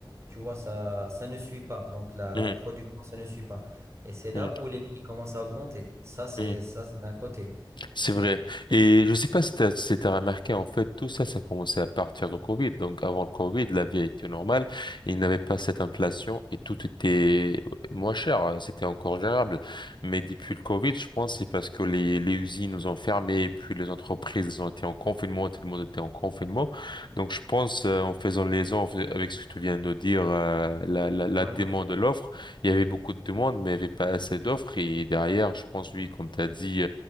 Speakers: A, on the right (about 35°); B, on the left (about 65°).
A: tu vois, ça, ça ne suit pas. Donc la
B: mhm,
A: la production, ça ne suit pas. Et c'est là
B: mhm,
A: où les prix commencent à augmenter. Ça, c'est
B: mhm.
A: ça, c'est d'un côté.
B: C'est vrai. Et je sais pas si t'as, si t'as remarqué, en fait, tout ça, ça commençait à partir du Covid. Donc, avant le Covid, la vie était normale. Il n'y avait pas cette inflation et tout était moins cher. C'était encore gérable. Mais depuis le Covid, je pense, que c'est parce que les, les usines nous ont fermé et puis les entreprises ont été en confinement, tout le monde était en confinement. Donc, je pense, euh, en faisant les liaison en avec ce que tu viens de dire, euh, la, la, la
A: Ouais.
B: demande de l'offre, il y avait beaucoup de demandes, mais il n'y avait pas assez d'offres. Et derrière, je pense, oui, comme tu as dit,